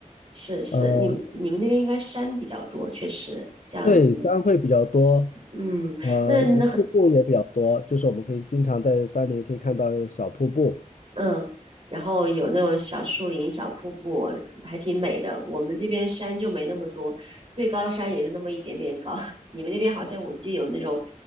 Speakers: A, on the right (about 45°); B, on the left (about 65°).
A: 是是，
B: 呃，
A: 你你们那边应该山比较多，确实像
B: 对，山会比较多，
A: 嗯，
B: 呃，
A: 那那很
B: 瀑布也比较多，就是我们可以经常在山里可以看到小瀑布。
A: 嗯，然后有那种小树林、小瀑布，还挺美的。我们这边山就没那么多，最高的山也就那么一点点高。<laughs> 你们那边好像我记得有那种